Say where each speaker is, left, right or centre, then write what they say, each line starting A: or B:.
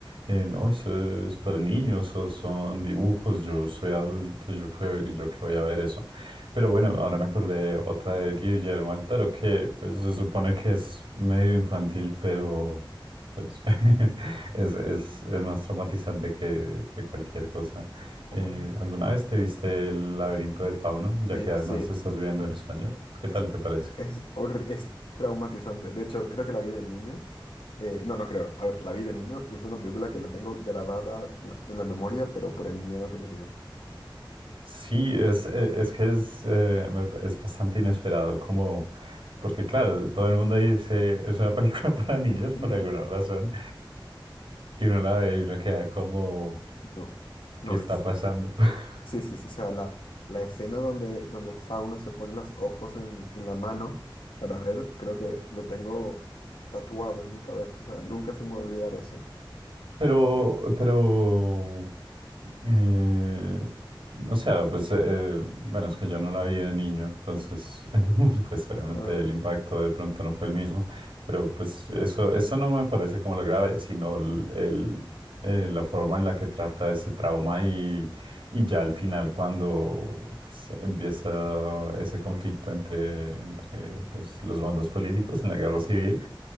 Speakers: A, on the right (about 80°); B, on the left (about 75°).
A: eh, no, eso es para niños o son dibujos, yo soy adulto, yo creo que yo que voy a ver eso. Pero bueno, ahora me acordé otra de Guillermo Altero que pues, se supone que es medio infantil, pero pues, <laughs> es, es, es más traumatizante que, que cualquier cosa.
B: ¿Cuál?
A: Eh, ¿alguna vez te viste El laberinto del fauno? Ya
B: Di-
A: que además
B: Sí,
A: estás viviendo en español. ¿Qué
B: Es,
A: tal te parece?
B: es, horri- es traumatizante. De hecho, creo que la vi de niño. Eh, no, no creo. A ver, la vi de niño y es una película que la tengo grabada en la, en la memoria, pero por el miedo que me dio.
A: Sí, es, eh, es que es, eh, me pa- es bastante inesperado, como, porque claro, todo el mundo dice, es una película <laughs> para niños
B: Mm,
A: por alguna razón, y uno la ve y uno queda como,
B: No, no
A: ¿qué está
B: es.
A: pasando? <laughs>
B: Sí, sí, sí. O sea, la, la escena donde, donde el fauno se pone los ojos en, en la mano para ver, creo que lo tengo tatuado en mi cabeza. O sea, nunca se me va a olvidar eso.
A: Pero, pero Eh, o sea, pues, eh, bueno, es que yo no la vi de niño, entonces, <laughs> pues obviamente
B: Ah,
A: el impacto de pronto no fue el mismo, pero pues eso, eso no me parece como lo grave, sino el, el, eh, la forma en la que trata ese trauma y, y ya al final cuando pues, empieza ese conflicto entre, entre pues, los bandos políticos en la guerra civil,